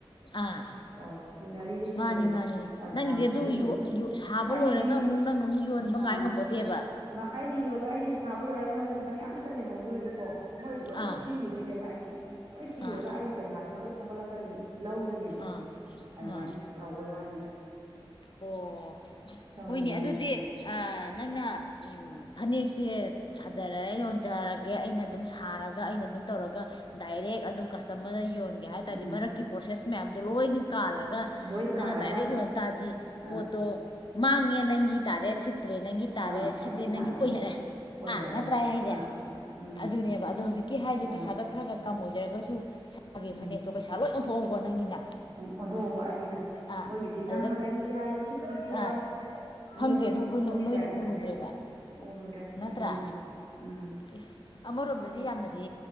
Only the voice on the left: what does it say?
ꯑꯥ
ꯃꯥꯅꯤ ꯃꯥꯅꯤ
ꯅꯪꯒꯤꯗꯤ
ꯑꯗꯨ ꯁꯥꯕ
ꯂꯣꯏꯔꯒ ꯑꯃꯨꯛ ꯅꯪꯅ ꯑꯃꯨꯛ ꯌꯣꯟ
ꯉꯥꯏ ꯉꯝꯄꯣꯠꯇꯦꯕ
ꯑꯥ
ꯑꯥ
ꯑꯥ
ꯑꯥ
ꯑꯣ
ꯍꯣꯏꯅꯦ
ꯑꯗꯨꯗꯤ ꯅꯪꯅ ꯐꯅꯦꯛꯁꯦ ꯁꯥꯖꯔꯦ ꯌꯣꯟꯖꯔꯒꯦ ꯑꯩꯅ ꯑꯗꯨꯝ ꯁꯥꯔꯒ ꯑꯩꯅ ꯑꯗꯨꯝ ꯇꯧꯔꯒ ꯗꯥꯏꯔꯦꯛ ꯑꯗꯨꯝ ꯀꯁꯇꯃꯔꯗ ꯌꯣꯟ ꯍꯥꯏ ꯇꯥꯔꯗꯤ
ꯃꯔꯛꯀꯤ ꯄ꯭ꯔꯣꯁꯦꯁ ꯃꯌꯥꯝꯗꯣ ꯂꯣꯏꯅ ꯀꯥꯜꯂꯒ
ꯅꯪꯅ ꯗꯥꯏꯔꯦꯛ ꯌꯣꯟ ꯇꯥꯔꯗꯤ ꯄꯣꯠꯇꯣ
ꯃꯥꯡꯉꯦ ꯅꯪꯒꯤ ꯇꯥꯔꯦ ꯁꯤ ꯠꯇ꯭ꯔꯦ ꯅꯪꯒꯤ ꯇꯥꯔꯦ
ꯁꯤꯠꯂꯦ
ꯅꯪꯒꯤ
ꯑꯣꯏꯖꯔꯦ
ꯑꯥ ꯅꯠꯇ꯭ꯔꯥ ꯍꯥꯏꯁꯦ
ꯑꯗꯨꯅꯦꯕ ꯑꯗꯣ ꯍꯧꯖꯤꯛꯀꯤ ꯍꯥꯏꯔꯤꯁꯦ
ꯄꯩꯁꯥꯗꯣ ꯈꯔꯒ ꯀꯝ ꯑꯣꯏꯖꯔꯒꯁꯨ ꯁꯥꯈꯤꯕ
ꯐꯅꯦꯛꯇꯣ ꯄꯩꯁꯥ ꯂꯣꯏ ꯑꯣꯟꯊꯣꯛꯍꯧꯕ ꯅꯪꯒꯤꯅ
ꯑꯥ
ꯑꯗꯨꯗ
ꯑꯥ ꯈꯪꯗꯦ
ꯑꯗꯨ ꯑꯩꯈꯣꯏꯅ
ꯅꯣꯏꯅ
ꯎꯔꯨꯗ꯭ꯔꯦꯕ
ꯅꯠꯇ꯭ꯔꯥ
ꯏꯁ ꯑꯃꯔꯣꯝꯗꯗꯤ ꯌꯥꯝꯅꯗꯤ